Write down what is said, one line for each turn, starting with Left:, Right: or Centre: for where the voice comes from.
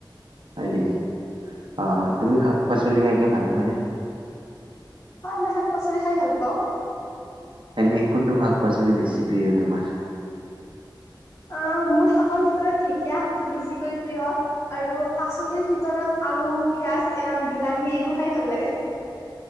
Right: হয় নেকি? অ তুমি
Left: হয়
Right: শাক পাচলি খাইকে ভাল পোৱা নে?
Left: হয় মই শাক পাচলি খাই ভাল পাওঁ।
Right: এনে কোনটো শাক পাচলি বেছি প্ৰিয় তোমাৰ?
Left: অ মোৰ শাকৰ ভিতৰত ঢেকীয়া শাকটো বেছিকৈ প্ৰিয় আৰু পাচলিৰ ভিতৰত আলু পিয়াজ, বিলাহী এইবোৰ খাই ভাল লাগে।